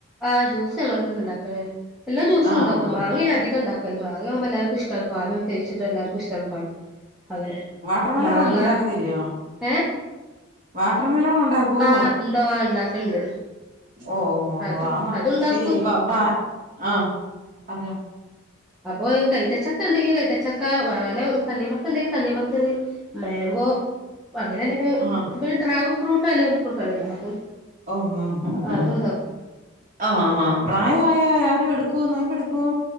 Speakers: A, in the centre; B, on the right (about 45°).
A: ആഹ് ജ്യൂസ് ഞങ്ങളന്നെണ്ടാക്കലേ എല്ലാ ജ്യൂസുംണ്ടാക്കും.
B: ആഹ്
A: മാങ്ങേണ് അധികംണ്ടാ ക്കൽ മാങ്ങകുമ്പോ എല്ലാർക്കുംഷ്ടണ് പാലൊക്കെഴിച്ചിട്ട് എല്ലാർകിഷ്ട്ടാണ് പാല് അങ്ങനെ
B: പാലോണം
A: മാങ്ങ
B: ങ്‌ണ്ടാകത്തില്ലയോ
A: ഏഹ്
B: വാട്ടർ മെലോൺ ഉണ്ടാക്കോ
A: ആഹ് ഉണ്ടോ ഉണ്ടാക്കലുണ്ട്
B: ഓ ഓഹോ
A: അത്
B: ആമ്മ
A: അതുണ്ടാക്കും
B: പി <unintelligible> ആഹ പറഞ്ഞോ..
A: അപ്പൊ കൈതച്ചക്കണ്ടെങ്കി കൈത ച്ചക്ക വാണെ തണ്ണിമത്തെണ്ടെങ്കി തണ്ണിമത്തൻ മെങ്കോ അങ്ങനെല്ലെങ്കി
B: ആഹ്
A: പി ഡ്രാഗൺ ഫ്രൂട്ട് വല്ല ഫ്രൂട്ട്ആണല്ലോ അതും
B: ഓ ഒ ഹ്
A: അതുണ്ടാക്കും
B: ആ ആഹാ പ്രായമായ ആരുട് ഒ നോയമ്പ്ടുക്കും